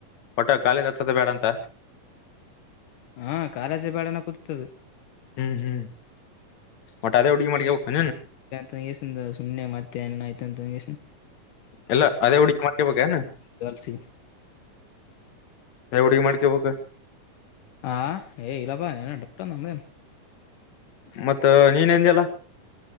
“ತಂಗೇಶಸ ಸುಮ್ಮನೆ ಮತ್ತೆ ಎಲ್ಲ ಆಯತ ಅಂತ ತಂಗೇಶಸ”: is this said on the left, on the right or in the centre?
Left